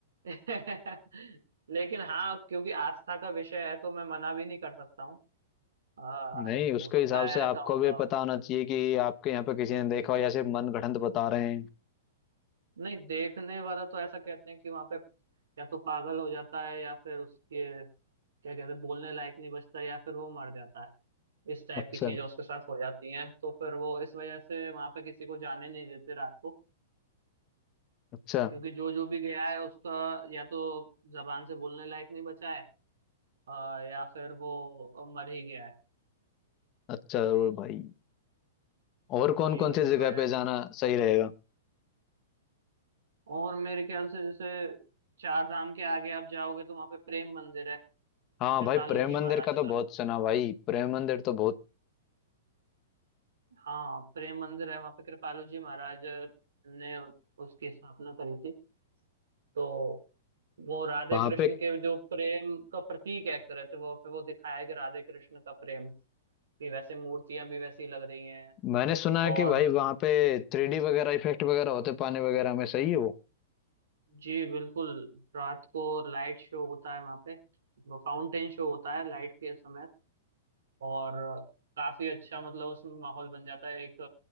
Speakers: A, on the right (about 85°); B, on the left (about 30°).
A: <laughs> लेकिन हाँ क्योंकि आस्था का विषय है तो मैं मना भी नहीं कर सकता हूँ आ,
B: नहीं उसके
A: हो
B: हिसाब
A: सकता है
B: से आपको
A: ऐसा होता
B: भी पता होना चाहिए कि आपके यहाँ पे किसी ने देखा हो या सिर्फ मनगढ़ंत बता रहे हैं
A: नहीं देखने वाला तो ऐसा कहते हैं कि वहां पे या तो पागल हो जाता है या फिर उसके क्या कहते हैं बोलने लायक नहीं बचता या फिर वो मर जाता है इस टाइप
B: अच्छा
A: की चीजें उसके साथ हो जाती हैं तो फिर वो इस वजह से वहां पे किसी को जाने नहीं देते रात को
B: अच्छा
A: क्योंकि जो जो भी गया है उसका या तो जबान से बोलने लायक नहीं बचा है अ, या फिर वो मर ही गया है
B: अच्छा जरूर भाई और
A: जी
B: कौन कौन से
A: इस
B: जगह
A: वजह
B: पे
A: से
B: जाना सही रहेगा
A: और मेरे ख्याल से जैसे चार धाम के आगे आप जाओगे तो वहां पे प्रेम मंदिर है
B: हाँ
A: कृपालू
B: भाई प्रेम
A: जी
B: मंदिर
A: महाराज
B: का तो
A: का
B: बहुत सुना भाई प्रेम मंदिर तो बहुत
A: हाँ प्रेम मंदिर है वहाँ पे कृपालु जी महाराज ने उसकी स्थापना करी थी तो वो राधे
B: वहां
A: कृष्ण
B: पे
A: के जो प्रेम का प्रतीक है एक तरह से वो पे वो दिखाया है कि राधे कृष्ण का प्रेम कि वैसे मूर्तियां भी वैसी लग रही हैं
B: मैंने सुना है
A: और
B: कि भाई वहां पे थ्री डी वगैरह इफेक्ट वगैरह होते पानी वगैरह में सही है वो
A: जी बिल्कुल रात को लाइट शो होता है वहाँ पे वो फाउंटेन शो होता है लाइट के समय और काफी अच्छा मतलब उसमें माहौल बन जाता है एक